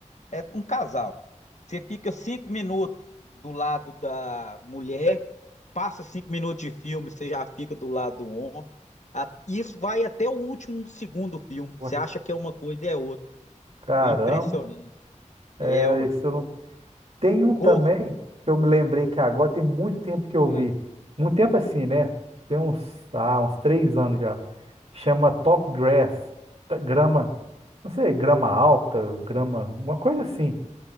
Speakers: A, on the left; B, on the right.
A: É um casal. Você fica cinco minutos do lado da mulher, passa cinco minutos de filme, você já fica do lado do homem. A- Isso vai até o último segundo do filme.
B: Ué,
A: Você acha que é uma coisa e é outra.
B: caramba,
A: O impressionante
B: é,
A: é, ué.
B: isso eu não Tem um também,
A: Corra?
B: que eu me lembrei que agora tem muito tempo que eu
A: Ah,
B: vi. Muito tempo assim, né? Tem uns, ah, uns três anos já. Chama Top Grass. ta- Grama, não sei, grama alta, grama, uma coisa assim.